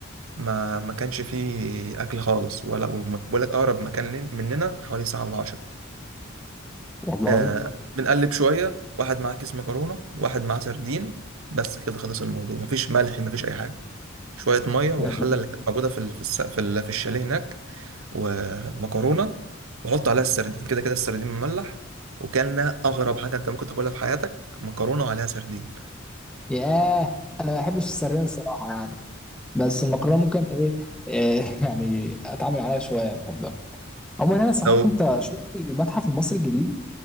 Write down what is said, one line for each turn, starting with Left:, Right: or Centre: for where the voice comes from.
Right: ما ما كانش فيه اكل خالص ولا بقول لك اقرب مكان لن- مننا حوالي ساعه الا 10
Centre: والله
Right: آه بنقلب شويه واحد معاه كيس مكرونه واحد معاه سردين بس كده خلص الموضوع مفيش ملح مفيش اي حاجه شويه ميه والحله
Centre: حلو.
Right: اللي كانت موجوده في ال- في الس- في ال- في الشاليه هناك ومكرونه وحط عليها السردين كده كده السردين مملح وكلنا اغرب حاجه انت ممكن تاكلها في حياتك مكرونه وعليها سردين
Centre: ياه انا ما بحبش السردين الصراحه يعني بس المكرونه ممكن ايه, إيه <laughs> يعني اتعامل عليها شويه بحبها عموما انا صحيح
Right: لو
Centre: انت شفت المتحف المصري الجديد